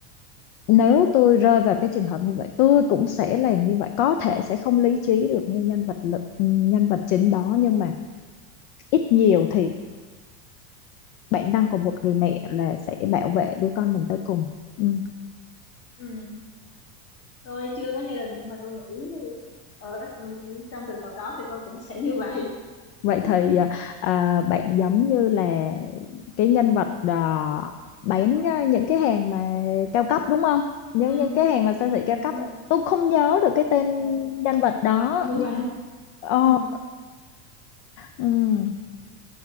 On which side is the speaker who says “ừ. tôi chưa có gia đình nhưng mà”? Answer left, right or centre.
Left